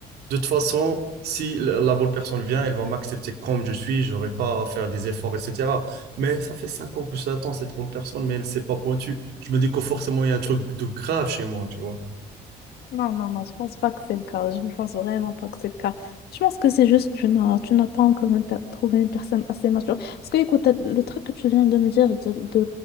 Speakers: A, on the right; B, on the left.
A: de toute façon, si la la bonne personne vient, elle va m'accepter comme je suis. J'aurai pas à faire des efforts, etc. Mais ça fait cinq ans que je l'attends, cette bonne personne, mais elle s'est pas pointue. Je me dis que forcément, il y a un truc de grave chez moi, tu vois.
B: Non, non, non, je pense pas que c'est le cas. Je ne pense vraiment pas que c'est le cas. Je pense que c'est juste que tu n'as tu n'as pas encore une per- trouvé une personne assez mature. Parce que, écoute, le truc que tu viens de me dire, de, de,